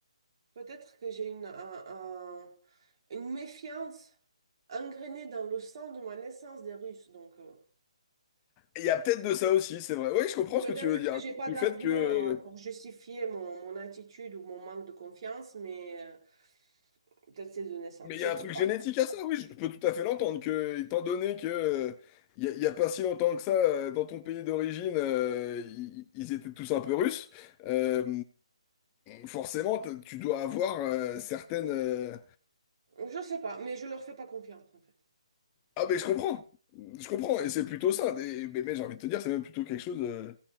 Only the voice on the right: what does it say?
Peut-être que j'ai une, un- un- une méfiance ingrénée dans le sang de ma naissance des Russes. Donc, euh,
peut-être
que
j'ai pas
d'argument
euh, pour justifier mon, mon attitude ou mon manque de confiance, mais euh, peut-être c'est de naissance.
Je
sais
pas.
Je sais pas, mais je leur fais pas confiance, en fait.